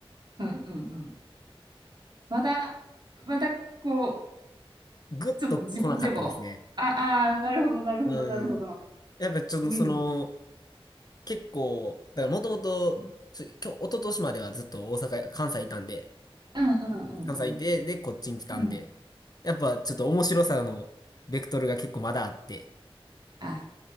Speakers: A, on the right; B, on the left.
A: うん、うん、うん。まだ、まだ、こう、
B: ぐっと来なかったですね。
A: ちょっと自分でも、あ、あー、なるほど、なるほど、
B: うん。
A: なるほど。
B: やっぱちょっとその、
A: うん、
B: 結構、だからもともと、
A: うん、
B: ちょ、今日、一昨年まではずっと大阪、関西いたんで、
A: うん、うん、
B: 関西いて、
A: うん、
B: で、こっちに来たんで、
A: うん。
B: やっぱちょっと面白さの、ベクトルが結構まだあって、
A: あ、